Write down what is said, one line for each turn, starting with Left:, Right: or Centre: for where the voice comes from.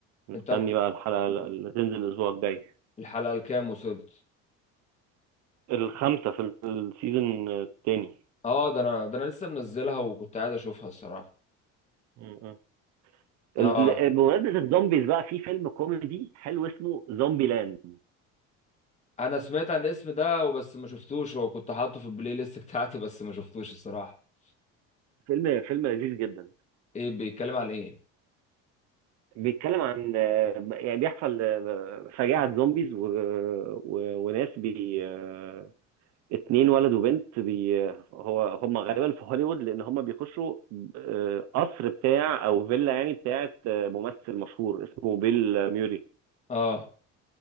Right: مستني
Left: انت
Right: بقى الحلقه اللي تنزل الاسبوع الجاي
Left: الحلقة الكام وصلت
Right: الخمسة في السيزون التاني
Left: اه ده انا ده انا لسه منزلها وكنت قاعد اشوفها الصراحة
Right: م- م.
Left: اه
Right: ال- بمناسبة الزومبيز بقى في فيلم كوميدي حلو اسمه زومبي لاند
Left: انا سمعت عن الاسم ده وبس ما شفتوش هو كنت حاطه في البلاي ليست <laughs> بتاعتي بس ما شفتوش الصراحة
Right: فيلم فيلم لذيذ جدا
Left: ايه بيتكلم عن ايه
Right: بيتكلم عن آه، يعني بيحصل آه، فجاعة زومبيز و... و... وناس بي آه، اتنين ولد وبنت بي آه، هو هم غالبا في هوليوود لان هم بيخشوا آه، قصر بتاع او فيلا يعني بتاعت آه، ممثل مشهور اسمه بيل ميوري
Left: اه